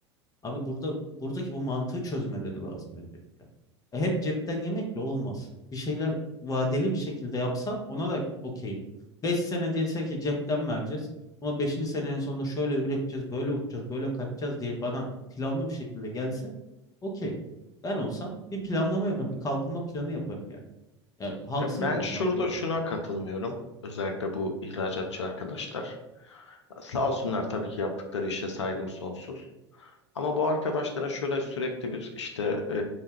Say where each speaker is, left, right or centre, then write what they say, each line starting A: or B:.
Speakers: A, on the left; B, on the left.
A: Abi burada buradaki bu mantığı çözmeleri lazım öncelikle. E, hep cepten yemekle olmaz. Bir şeyler vadeli bir şekilde yapsa ona da okeyim. 5 sene dese ki cepten vereceğiz. Ama beşinci senenin sonunda şöyle üreteceğiz, böyle uçacağız, böyle kaçacağız diye bana planlı bir şekilde gelse okey. Ben olsam bir planlama yaparım, bir kalkınma planı yaparım yani. Ya, haksız
B: Ya ben
A: mıyım
B: şurada
A: abi yani?
B: şuna katılmıyorum. Özellikle bu ihracatçı arkadaşlar. Sağ olsunlar tabii ki yaptıkları işe saygım sonsuz. Ama bu arkadaşlara şöyle sürekli bir işte e,